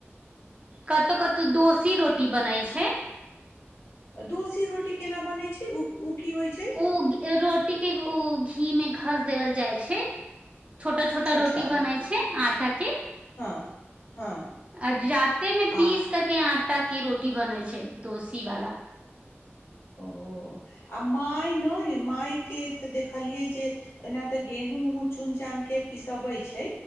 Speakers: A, on the right (about 25°); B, on the left (about 70°).
A: कतहु कतहु दोसी रोटी बनैत छै।
B: दोसी रोटी केना बनैत छै। ओ की होइ छै
A: ओ रोटी के ओ घी मे घस देवल जाय छै। छोटा छोटा
B: अच्छा
A: रोटी बनाै छै। आटा के
B: हँ हँ
A: आ रते मे
B: आ
A: पीस करके आ आ्टा के रोटी बनै छै। दोसी वाला
B: ओ आ माय नहि माइके तऽ देखलियै जे ओना तऽ गेहूँ उहूँ चुन चान के पिसबैत छै